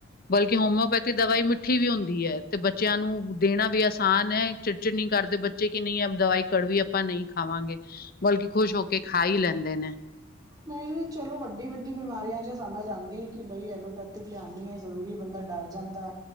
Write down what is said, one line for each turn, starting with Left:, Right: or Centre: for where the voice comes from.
Left: ਬਲਕਿ ਹੋਮਿਓਪੈਥੀ ਦਵਾਈ ਮਿੱਠੀ ਵੀ ਹੁੰਦੀ ਹੈ ਤੇ ਬੱਚਿਆਂ ਨੂੰ ਦੇਣਾ ਵੀ ਆਸਾਨ ਹੈ ਚਿੜਚਿੜਨੀ ਕਰਦੇ ਬੱਚੇ ਕਿ ਨਹੀਂ ਦਵਾਈ ਕੜ ਵੀ ਆਪਾਂ ਨਹੀਂ ਖਾਵਾਂਗੇ ਬਲਕਿ ਖੁਸ਼ ਹੋ ਕੇ ਖਾ ਹੀ ਲੈਂਦੇ ਨੇ
Right: ਨਹੀਂ ਚਲੋ ਵੱਡੀ ਵੱਡੀ ਬਿਮਾਰੀਆਂ ਜ ਸਮਝ ਆਉਦੀ ਹੈ ਕਿ ਬਈ ਐਲੋਪੈਥਿਕ ਲਿਆਉਣੀ ਹੈ ਜ਼ਰੂਰੀ ਬੰਦਾ ਡਰ ਜਾਂਦਾ